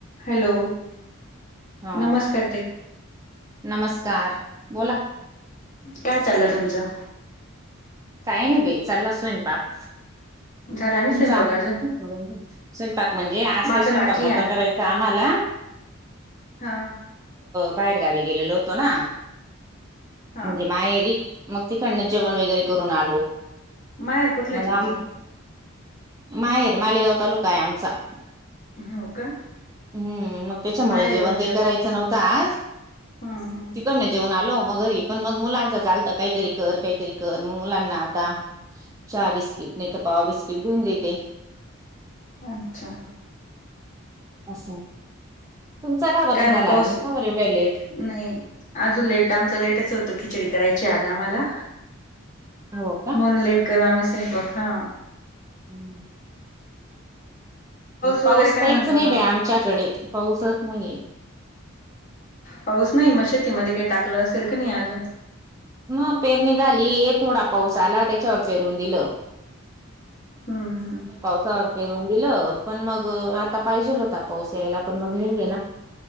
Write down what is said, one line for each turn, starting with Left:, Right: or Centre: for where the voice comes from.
Left: Hello,
Right: हा
Left: नमस्कार ताई.
Right: नमस्कार बोला.
Left: काय चाललं तुमचं?
Right: काही नाही बाई चालला स्वयंपाक.
Left: झाला नाही
Right: तुमच
Left: स्वयंपाक
Right: <unintelligible>
Left: अजून
Right: स्वयंपाक म्हणजे आज
Left: माझं
Right: काही स्वयंपाक
Left: बाकी
Right: नव्हता
Left: आहे
Right: करायचा आम्हाला
Left: हां.
Right: बाहेरगावी गेलेलो होतो ना
Left: हा
Right: म्हणजे माहेरी. मग तिकडनचं जेवण वगैरे करून आलो.
Left: माहेर कुठलं
Right: मग
Left: आहे तुमचं
Right: आम् माहेर मालेगाव तालुका आहे आमचा.
Left: हो का
Right: हम्म, मग त्याच्यामुळे
Left: माहेर
Right: जेवण
Left: आहे कोणचं
Right: काही करायचं नव्हता आज
Left: हां हां
Right: तीकडणच जेवून आलो मग घरी पण मग मुलांच चालतं काहीतरी कर काहीतरी कर मग मुलांना आता चहा बिस्किट नाही तर पावा बिस्किट देऊन देते.
Left: अच्छा,
Right: असं तुमचा का बरं
Left: काय
Right: नाही
Left: मग
Right: झाला
Left: पाऊस
Right: अजून का बरं एवढ्या लेट?
Left: नाही. अजून लेट आमचा लेटच होतो खिचडी करायची आज आम्हाला
Right: हो का?
Left: म्हणून लेट केरु आम्ही स्वयंपाक हा.
Right: हम्म
Left: वगैरे
Right: पाऊस
Left: काय
Right: काहीच
Left: म्हणतो
Right: नाही
Left: मग
Right: बी आमच्याकडे पाऊसच नाहीये.
Left: पाऊस नाही मग शतीमध्येध्ये काही टाकलं असेल का नाही अजून?
Right: मग पेरणी झाली थोडा पाऊस आला त्याच्यावर पेरून दिलं.
Left: हम्म हम्म
Right: पावसावर पेरून गेलं पण मग आता पाहिजेल होता पाऊस यायला पण मग नाही हे ना.